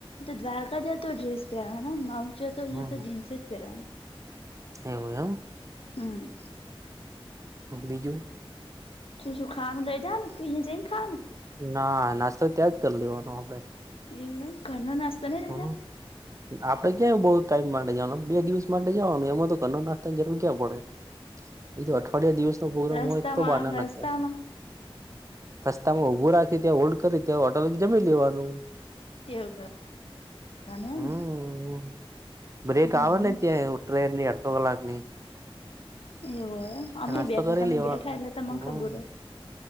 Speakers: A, on the left; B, on the right.
A: તો દ્વાકા જ તો ડ્રેસ પે માઉન્ટ જો તો તયા
B: હમ
A: તો જિન્સ જ પરાવના
B: એવું એમ
A: હમ
B: બીજું
A: શું શું ખાવાનું લઈ જનું કેહી જઈને ખવાનું
B: ના નાસ્તા ત્યાં જ કરી લેવાનું આપડે
A: એમ ઘર ન નાસ્તો ને તજ
B: હ આપડે કય બઉુ ટાઈમ માટે જવાનું બે દિવસ માટે જવાનું એમાં તો ઘર નાસ્તાની જરૂર્યા પડે
A: એવું
B: એ તો અઠવાડિયા
A: હોય એમ
B: દિવસ ન પોરમ હોય
A: રસ્તામાં
B: તો બાના નાખ
A: રસ્તામાં
B: રસ્તા માં ઉઊભું રાખી ત્યાં હોલ્ડ કરી ત્યાં હોટલ જમી લેવાનું
A: એવું કર ને
B: હમ બ્રેક
A: હમ
B: આવે ને ત્યાં ટ્રેનની અડધો કલાકની
A: એવું હોય એમ
B: ત્યા
A: અમે
B: નાસ્તો
A: બેઠા
B: કરી
A: તમે
B: લેવા
A: બેઠા એટલે તમને
B: હ
A: ખબર